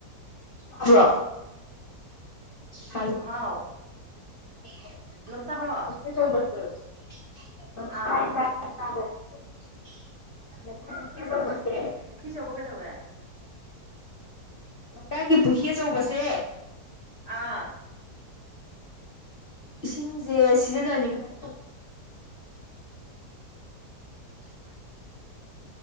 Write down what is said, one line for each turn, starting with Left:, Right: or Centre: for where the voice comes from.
Left: ꯇꯥꯕ꯭ꯔꯣ ꯍꯜ
Right: ꯍꯥꯎ
Left: <unintelligible>
Right: ꯍꯜꯂꯣ ꯇꯥꯕ꯭ꯔꯣ
Left: ꯇꯥꯏꯌꯦ
Right: ꯑꯥ
Left: ꯇꯥꯏ <unintelligible>
Right: ꯄꯨꯈꯤ ꯆꯧꯕ ꯀꯩꯗꯧꯋꯦ
Left: ꯂꯩꯀꯥꯢꯒꯤ ꯄꯨꯍꯤ ꯑꯆꯧꯕꯁꯦ
Right: ꯑꯥ
Left: ꯏꯁꯤꯡꯁꯦ ꯁꯤꯖꯤꯟꯅꯅꯤꯡꯉꯥꯏ <inaudible>